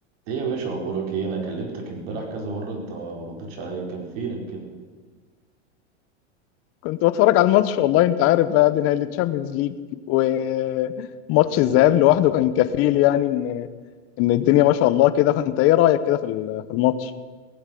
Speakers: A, on the right (about 60°); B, on the left (about 40°).
A: ايه يا باشا اخبارك ايه انا كلمتك امبارح كذا مره انت ما ردتش عليا كان فينك كده
B: كنت بتفرج على الماتش والله انت عارف بقى دي نهائي الشامبيونز ليج وماتش
A: يا سلام
B: الذهاب لوحده كان كفيل يعني ان ان الدنيا ما شاء الله كده فانت ايه رايك كده في ال- في الماتش؟